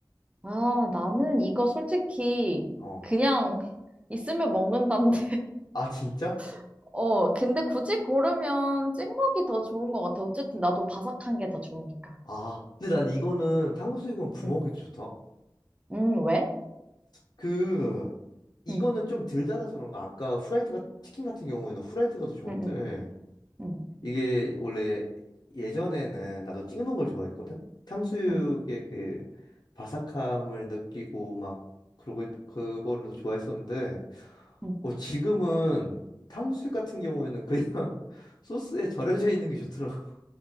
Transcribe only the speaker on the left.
어
아 진짜?
아, 근데 난 이거는 탕수육은 부먹이
좋다.
그 이거는
좀 덜 달아서 그런가? 아까 후라이드가 치킨 같은 경우에는 후라이드가 더 좋은데
이게 원래 예전에는 나도 찍먹은 걸 좋아했거든. 탕수육의
그 바삭함을 느끼고 막 그러고 그거를 더 좋아했었는데
어, 지금은 탕수육 같은 경우에는 그냥 <laughs> 소스에 절여져 있는 게 좋더라고.